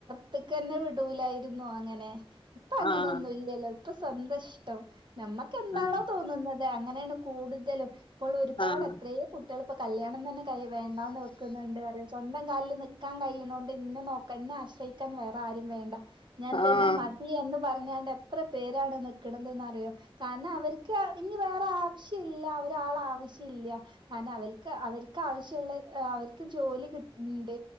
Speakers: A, on the right; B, on the left.
A: ത്തക്കന്നെ വിടൂലായിരുന്നു അങ്ങനെ ഇപ്പ അങ്ങനെൊന്നും
B: ആഹ്
A: ഇല്ലല്ലോ ഇപ്പൊ സന്ത നമ്മക്ക് എന്താണോ
B: ആഹ്
A: തോന്നുന്നത് അങ്ങനെയാണ് കൂടുതലും ഇപ്പോൾ ഒരുപാട്
B: ആഹ്
A: എത്രയേ കു കുട്ടികള് ഇപ്പോ കല്യാണം തന്നെ കൈ വേണ്ടാന്ന് വെക്കുന്നുണ്ട് അറയും സ്വന്തം കാലിൽ നിക്കാൻ കഴിയണൊണ്ട് ഇന്നെ നോക്കാ എന്നെ ആശ്രയിക്കാൻ വേറെ ആരും വേണ്ട ഞാൻ തന്നെ
B: ആഹ്
A: മതി എന്ന് പറഞ്ഞാണ്ട് എത്ര പേരാണ് നിക്കണതെന്ന് അറിയോ കാരണം അവര്ക്ക് ഇനി വേറെ ആവശ്യല്ല ഒരാൾ ആവശ്യല്ല കാരണം അവൽക്ക് അവര്ക്ക് ആവശ്യള്ള അവര്ക്ക് ജോലി കി ഇണ്ട്